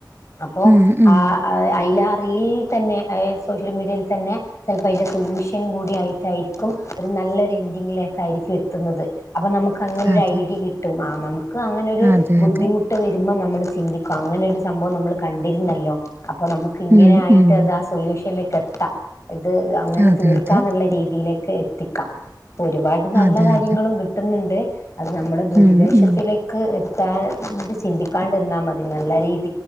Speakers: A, on the left; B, on the right.
A: അപ്പോ
B: ഉം ഉം
A: ആ അയിലാ റീലിൽ തന്നെ അതായത് സോഷ്യൽ മീഡിയയിൽ തന്നെ ചെലപ്പോ അയിന്റെ സൊല്യൂഷൻ കൂടിയാ യിട്ടായിരിക്കും ഒരു നല്ല നല്ലൊരു എൻഡിങ്ങിലേക്കായിരിക്കും എത്ത്ന്നത് അപ്പനമുക്ക് അങ്ങനെ ഒരു
B: അതെ
A: ഐഡിയ കിട്ടും ആഹ് നമുക്ക് അങ്ങനൊരു
B: അതെ
A: ബുദ്ധിമുട്ട്
B: അതെ
A: വരുമ്മം നമ്മൾ ചിന്തിക്ക അങ്ങനെ ഒരു സംഭവം നമ്മ്ള് കണ്ടിര്ന്നല്ലോ അപ്പൊ നമുക്ക് ഇങ്ങനെആയിട്ട്ത്
B: ഉം ഉം
A: ആ സൊല്യൂഷൻ <unintelligible> ലേക് എത്താം ഇത് അങ്ങനെ
B: അതെ
A: തീർക്കാന്ന്ള്ള
B: അതെ
A: രീതിയിലേക്ക് എത്തിക്കാം പ്പൊ ഒരുപാട് നല്ല
B: അതെ
A: കാര്യങ്ങളും
B: അതെ
A: കിട്ടുന്നുണ്ട് അത് നമ്മള് ദുരുദ്ദേശത്തിലേക്ക്
B: ഉം ഉം
A: എത് ത്താണ്ട് ചിന്തിക്കാണ്ട്ന്നാമതി നല്ല രീതി